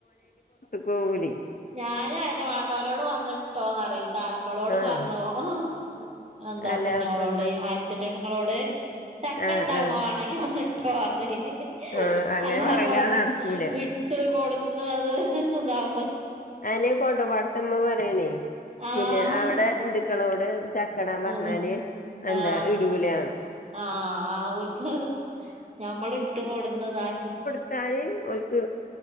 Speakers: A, on the left; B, on the right.
A: പോവുലെയ്
B: ഞാനു അയെന്നെ വാണ്ടോലോട് വന്ന്ട്ടോന്നറിം താ മ്പളോടും
A: ആഹ്
B: പർഞ്ഞു. <unintelligible> എന്താ
A: അല്ല
B: കുഞ്ഞോളോടെയ്
A: അപ്പ എന്താ
B: ആര്സിന്റെണ്ങ്ങളോട് ചക്കണ്ടാവും
A: ആഹ് ആഹ്
B: <unintelligible> മാണങ്കി വന്ന്ട്ടോർഞ്ഞ്.
A: ആഹ് അങ്ങനെ
B: അല്ലാപ്പവ്ട്ന്ന്
A: പറയല് അത് നടക്കൂല
B: ഇ ട്ട് കൊട്ന്ന് അത് ഇതാകു
A: ആനെ കോട്ടപ്പാട് ത്തെമ്മ പറ്യാണേ
B: ആഹ്
A: പിന്നെ അവടെ ഇന്ത്ക്കളോട് ചക്കടാം പർഞ്ഞാല്
B: ആഹ്
A: എന്താ
B: ആഹ്
A: ഇടൂലാ
B: ആഹ് ഓൽക്ക് ഞമ്മളിട്ട് കൊട്ന്ന്താക്കി
A: ട്ടാല് ഓൽക്ക്